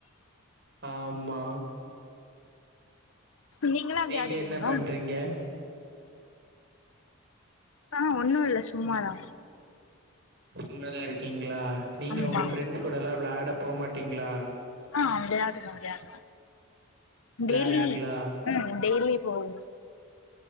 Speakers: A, on the right (about 50°); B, on the left (about 75°).
A: ஆம்மா
B: நீங்களா விளையாடுவீங்களா
A: நீங்க என்ன பண்றீங்கே
B: ஆ ஒண்ணு இல்ல சும்மா
A: ம்.
B: தா
A: சும்மா தா இருக்கீங்களா நீங்க
B: ஆமா
A: உங்க ஃப்ரெண்ட்ஸ் கூடல்லா வெளாட போகமாட்டீங்களா
B: ஆ வெளாடடுவோ வெளாடுவோ
A: விளையாடுவீங்களா?
B: டெய்லி ம் டெய்லி போகு